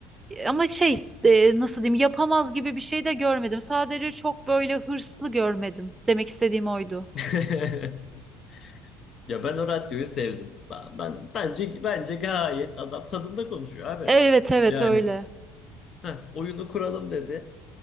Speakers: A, on the right; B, on the left.
A: ama şey e, nasıl diyeyim yapamaz gibi bir şey de görmedim. Sadece çok böyle hırslı görmedim. Demek istediğim oydu.
B: <laughs> Ya ben o radyoyu sevdim. Ben, ben- bence bence gayet adam tadında konuşuyor abi.
A: Evet evet
B: Yani
A: öyle.
B: "Heh, oyunu kuralım dedi.